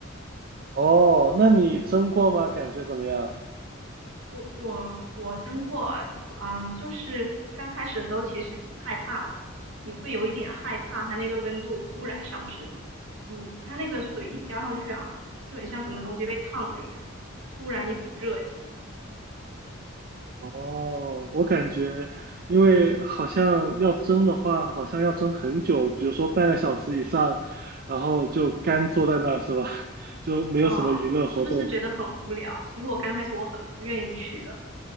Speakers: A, on the right; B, on the right.
A: 哦，那你蒸过吗？感觉怎么样？
B: 我我我蒸过，嗯，就是刚开始的时候其实挺害怕的，你会有一点害怕它那个温度忽然上升，你它那个水一浇上去啊，就很像什么东西被烫了一样，突然一股热气。
A: 哦，我感觉，因为好像要蒸的话，好像要蒸很久，比如说半个小时以上，然后就干坐在那儿是吧？<laughs> 就没有什么娱乐活动。
B: 嗯，是不是觉得很无聊？其实我刚开始我很不愿意去的，